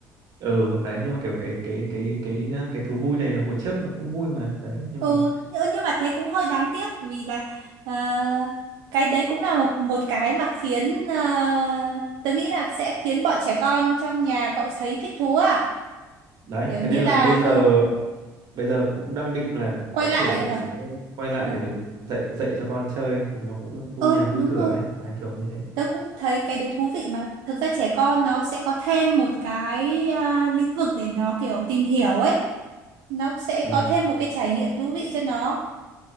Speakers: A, on the right; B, on the right.
A: ừ đấy nhưng mà kiểu cái cái cái cái cái thú vui này là hồi trước nó cũng vui mà đấy nhưng
B: Ừ,
A: mà
B: nhưng nhưng mà thế cũng hơi đáng tiếc vì là ờ, cái đấy cũng là một một cái mà khiến uh, tớ nghĩ là sẽ khiến bọn trẻ con trong nhà cậu thấy thích thú à?
A: đấy
B: Kiểu
A: thế
B: như
A: nên
B: là
A: là bây
B: ờ
A: giờ bây giờ cũng đang định là
B: quay
A: có
B: lại
A: thể là mình
B: ờ,
A: sẽ quay lại
B: ờ,
A: để mình dạy dạy cho con chơi thì nó cũng vui
B: ừ,
A: nhà vui
B: đúng
A: cửa
B: rồi.
A: ấy đấy, kiểu như thế
B: Tớ cũng thấy cái đấy thú vị mà. Thực ra trẻ con nó sẽ có thêm một cái à, lĩnh vực để nó kiểu tìm hiểu ấy. Nó sẽ
A: ừ
B: có thêm một cái trải nghiệm thú vị cho nó.